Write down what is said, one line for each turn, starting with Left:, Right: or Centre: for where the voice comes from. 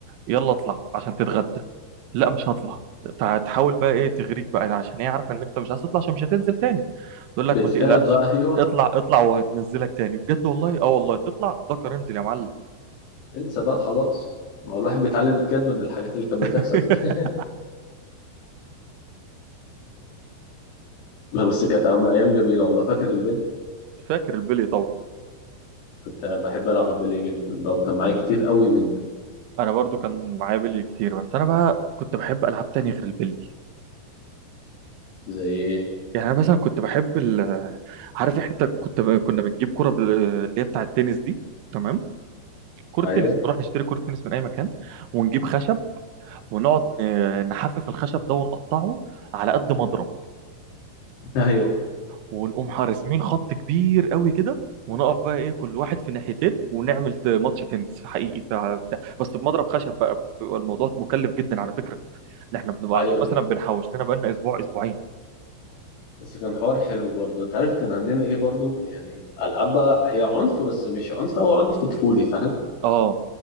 Right: يلا اطلع عشان تتغدى لا مش هطلع تع- تحاول بقى ايه تغريك بقى عشان هي عارفه ان انت مش عايز تطلع عشان مش هتنزل تاني تقول
Left: بتخاف
Right: لك ما تقلقش
Left: بقى ايوه
Right: اطلع اطلع وهتنزلك تاني بجد والله اه والله تطلع ذكر انزل يا معلم
Left: انسى بقى خلاص ما هو الواحد بيتعلم الكذب من الحاجات اللي كانت
Right: <laughs>
Left: بتحصل دي <laughs> لا بس كانت أيام أيام جميلة والله فاكر البلي
Right: فاكر البلي طبعا
Left: كنت بحب ألعب بلي جدا بقى وكان معايا كتير قوي منه
Right: انا برضو كان معايا بلي كتير بس انا بقى كنت بحب العاب تانية غير البلي
Left: زي إيه
Right: يعني انا مثلا كنت بحب ال... عارف انت كنت ب... كنا بنجيب كرة بال... اللي هي بتاع التنس دي تمام كرة
Left: أيوه
Right: تنس نروح نشتري كرة تنس من اي مكان ونجيب خشب ونقعد ن... نحفف الخشب ده ونقطعه على قد مضرب
Left: <laughs> أيوه
Right: ونقوم حارسين خط كبير قوي كده ونقف بقى ايه كل واحد في ناحيتين ونعمل ت- ماتش تنس حقيقي ساعة بتاع بس بمضرب خشب بقى بيبقى الموضوع مكلف جدا على فكره ان احنا بنبقى
Left: أيوه
Right: قاعدين مثلا
Left: أيوه
Right: بنحوش لنا بقى لنا اسبوع اسبوعين
Left: بس كان حوار حلو برضه أنت عارف كان عندنا إيه برضه يعني ألعاب بقى هي عنف بس مش عنف هو عنف طفولي فاهم
Right: اه